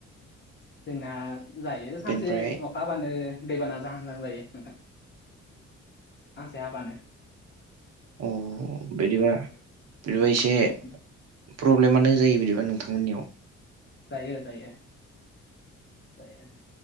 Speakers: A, on the left; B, on the right.
A: जोंना जायो सानसे
B: बेनिफ्राय
A: अखााबानो दैबाना जाहोनां जायो नोंथां सानसे हाबानो।
B: अ बिदिबा
A: उम उम
B: बिदिबा इसे
A: बिदिनो
B: प्रब्लेमानो जायो बिदिबा नोंथां मोननियाव
A: जायो जायो। जायो